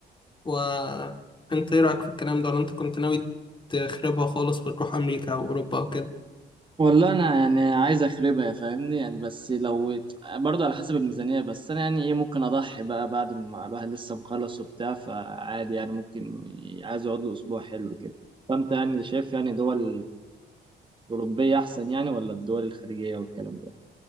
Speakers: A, on the left; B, on the right.
A: وانت ايه رأيك في الكلام ده ولا انت كنت ناوي تخربها خالص وتروح امريكا او اوروبا او كده
B: والله انا يعني عايز اخربها يا فاهمني يعني بس لو برضه على حسب الميزانيه بس انا يعني ايه ممكن اضحي بقى بعد ما الواحد لسه مخلص وبتاع فعادي يعني ممكن عايز يقعد له اسبوع حلو كده فانت يعني شايف يعني دول الأوروبية أحسن يعني ولا الدول الخليجية والكلام ده؟